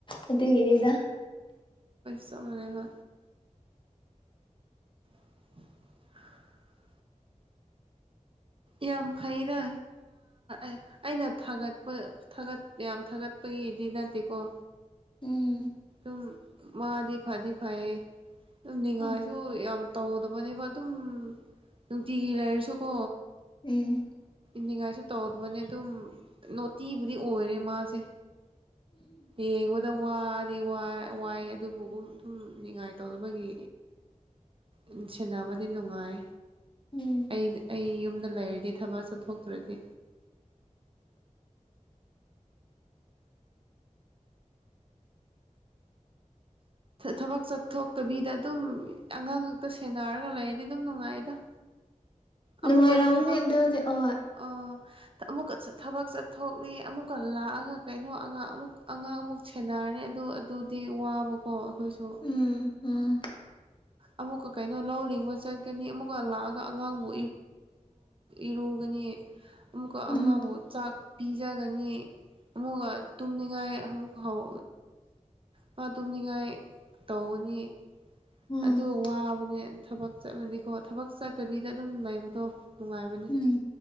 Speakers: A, on the left; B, on the right.
A: ꯑꯗꯨꯒꯤꯅꯤꯗ
B: ꯆꯥꯞ ꯃꯅꯥꯕ <unintelligible> ꯌꯥꯝ ꯐꯩꯅ ꯑꯩꯅ ꯐꯒꯠꯄ ꯊꯥꯒꯠ ꯌꯥꯝ ꯊꯥꯒꯠꯄꯒꯤꯗꯤ ꯅꯠꯇꯦꯀꯣ
A: ꯎꯝ
B: ꯑꯗꯨꯝ ꯃꯥꯗꯤ ꯐꯗꯤ ꯐꯩꯌꯦ ꯑꯗꯨꯝ ꯅꯤꯡꯉꯥꯏꯁꯨ
A: ꯎꯝ
B: ꯌꯥꯝ ꯇꯧꯗꯕꯅꯦꯕ ꯑꯗꯨꯝ ꯅꯨꯡꯇꯤꯒꯤ ꯂꯩꯔꯁꯨꯀꯣ
A: ꯎꯝ
B: ꯅꯤꯡꯉꯥꯏꯁꯨ ꯇꯧꯗꯕꯅꯦ ꯑꯗꯨꯝ ꯅꯣꯇꯤꯕꯨꯗꯤ ꯑꯣꯏꯔꯦ ꯃꯥꯁꯦ ꯌꯦꯡꯕꯗ ꯋꯥ ꯍꯥꯏꯗꯤ ꯋꯥꯏ ꯑꯗꯨꯕꯨꯒꯨꯝ ꯑꯗꯨꯝ ꯅꯤꯉꯥꯏꯇꯧꯗꯕꯒꯤ ꯎꯝ ꯁꯦꯟꯅꯕꯗꯤ ꯅꯨꯡꯉꯥꯏ
A: ꯎꯝ
B: ꯑꯩ ꯑꯩ ꯌꯨꯝꯗ ꯂꯩꯔꯗꯤ ꯊꯕꯛ ꯆꯠꯊꯣꯛꯇ꯭ꯔꯗꯤ ꯊꯕꯛ ꯆꯠꯊꯣꯛꯇꯕꯤꯗ ꯑꯗꯨꯝ ꯑꯉꯥꯡ ꯈꯛꯇ ꯁꯦꯟꯅꯔꯒ ꯂꯩꯔꯗꯤ ꯑꯗꯨꯝ ꯅꯨꯡꯉꯥꯏꯗ
A: ꯅꯨꯡꯉꯥꯏꯔꯝꯅꯤ
B: ꯑꯃꯨꯛꯀ ꯊꯕꯛ
A: ꯑꯗꯨꯗꯤ ꯍꯣꯏ
B: ꯑꯣ ꯑꯃꯨꯛꯀ ꯊꯕꯛ ꯆꯠꯊꯣꯛꯂꯤ ꯑꯃꯨꯛꯀ ꯂꯥꯛꯑꯒ ꯀꯩꯅꯣ ꯑꯉꯥꯡ ꯑꯃꯨꯛ ꯑꯉꯥꯡ ꯑꯃꯨꯛ ꯁꯦꯟꯅꯔꯅꯤ ꯑꯗꯨ ꯑꯗꯨꯗꯤ ꯋꯥꯕꯀꯣ ꯑꯩꯈꯣꯏꯁꯨ
A: ꯎꯝ ꯎꯝ
B: ꯑꯃꯨꯛꯀ ꯀꯩꯅꯣ ꯂꯧ ꯂꯤꯡꯕ ꯆꯠꯀꯅꯤ ꯑꯃꯨꯛꯀ ꯂꯥꯛꯑꯒ ꯑꯉꯥꯡꯕꯨ ꯏꯔꯨꯒꯅꯤ
A: <unintelligible> <inaudible>
B: ꯑꯃꯨꯀ
A: ꯎꯝ
B: ꯑꯉꯥꯡ ꯑꯃꯨ ꯆꯥꯛ ꯄꯤꯖꯒꯅꯤ ꯑꯃꯨꯛꯒ ꯇꯨꯝꯅꯤꯡꯉꯥꯏ ꯑꯃꯨꯛ ꯍꯧ ꯃꯥ ꯇꯨꯝꯅꯤꯡꯉꯥꯏ ꯇꯧꯒꯅꯤ
A: ꯎꯝ
B: ꯑꯗꯨ ꯋꯥꯕꯅꯦ ꯊꯕꯛ ꯆꯠꯂꯗꯤꯀꯣ ꯊꯕꯛ ꯆꯠꯇꯕꯤꯗ ꯑꯗꯨꯝ ꯂꯩꯕꯗꯣ ꯅꯨꯡꯉꯥꯏꯕꯅꯦ
A: ꯎꯝ